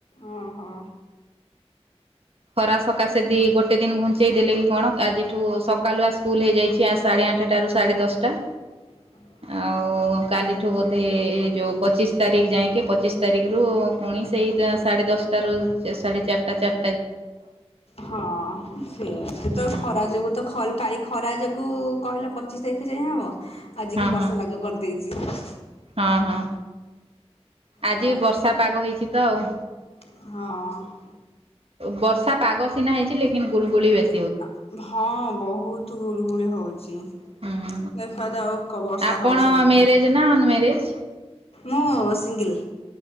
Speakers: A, on the left; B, on the right.
A: ଓ ହୋ।
B: ଖରା ସକାଶେ ଦି ଗୋ ଟେ କେତେ ଦିନ ଘୁଞ୍ଚେଇ ଦେଲେ କି କଣ ଆଜିଠୁ ସକାଲୃଆ ସ୍କୁଲ୍ ହେଇଯାଇଚି ସାଢେ ଆଠଟା ରୁ ସାଢେ ଦଶଟା।
A: ହଁ। <inaudible>
B: ଆଉ କାଲିଠୁ ବୋଧେ ଏ ଯୋଉ ପଚିଶି ତାରିଖ୍ ଯାଇକି
A: ହୁଁ।
B: ପଚିଶି ତାରିଖ୍ ରୁ ପୁଣି ସେଇ ଦ ସାଢ଼େ ଦଶଟାରୁ ସାଢ଼େ ଚାର୍ ଟା ଚା
A: ହଁ ସେୟା ସେ
B: ହୁଁ
A: ତ ଖରା ଯୋଉ ତ ଖ କାଲି ଖରା ଯୋଗୁ କହିଲା ପଚିଶି ତାରିଖ୍ ଯାଏ ହବ ଆଜିିକି
B: ହଁ ହଁ
A: ବର୍ଷା ପାଗ କରିଦେଇଚି।
B: ହଁ ହଁ ଆଜି
A: ଅ
B: ବି ବର୍ଷା ପାଗ ହେଇଚି ତ ଆଉ
A: ହଁ।
B: ବର୍ଷା ପାଗ ସିନା ହେଇଚି ଲିକନ୍ ଗୁଳୁଗୁଳି ବେଶି
A: ଆ ହଁ ବହୁତୁ ଗୁଳୁ ଗୁଳି ହଉଚି
B: ହୁଁ
A: ଦେଖାଯାଉ କ ବର୍ଷା
B: ଆପଣ
A: ହଉଚି ନା ନାଇଁ।
B: ମ୍ୟାରେଜ ନା ଅନମ୍ୟାରେଜ?
A: ମୁଁ ସିଙ୍ଗିଲ୍।